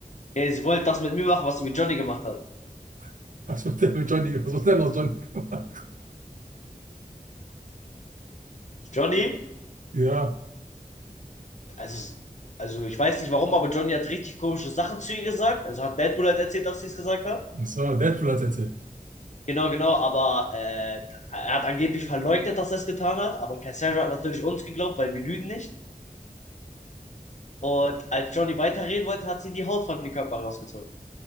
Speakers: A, on the left; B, on the right.
A: Nee, sie wollte das mit mir machen, was sie mit Johnny gemacht hat.
B: <laughs> Was wird denn mit Johnny, was wird denn aus Johnny gemacht?
A: Johnny,
B: Ja,
A: also, also, ich weiß nicht warum, aber Johnny hat richtig komische Sachen zu ihr gesagt. Also hat Deadpool halt erzählt, dass sie es gesagt hat.
B: so, Deadpool hat erzählt.
A: Genau, genau, aber äh, er hat angeblich verleugnet, dass er es getan hat. Aber Cassandra hat natürlich uns geglaubt, weil wir lügen nicht. Und als Johnny weiterreden wollte, hat sie die Haut von dem Körper rausgezogen.